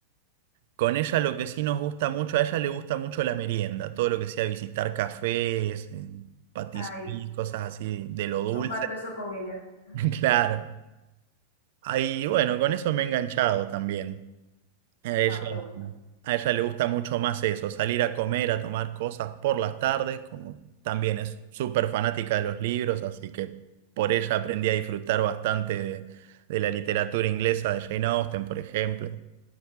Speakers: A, on the right; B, on the left.
A: con ella lo que sí nos gusta mucho, a ella le gusta mucho la merienda, todo lo que sea visitar cafés, eh, patisseries,
B: Ay,
A: cosas así de lo dulce.
B: comparto eso con ella. <laughs>
A: <laughs> Claro. Ahí, bueno, con eso me he enganchado también. A ella,
B: No, qué bueno.
A: a ella le gusta mucho más eso, salir a comer, a tomar cosas por las tardes, como también es súper fanática de los libros, así que por ella aprendí a disfrutar bastante de, de la literatura inglesa de Jane Austen, por ejemplo.